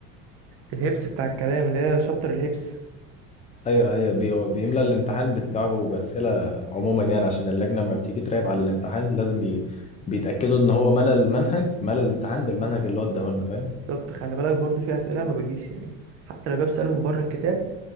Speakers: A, on the right; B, on the left.
A: الهيبس بتاع الكلام اللي هي شابتر الهيبس
B: ايوه ايوه بي... بيملى الامتحان بتاعه بأسئلة عموما يعني عشان اللجنة لما بتيجي تراقب على الامتحان لازم بي... بيتأكدوا ان هو ملى المنهج ملى الامتحان بالمنهج اللي هو اداهولنا فاهم؟
A: بالظبط خلي بالك برضو في اسئله ما بتجيش يعني حتى لو جاب سؤال من بره الكتاب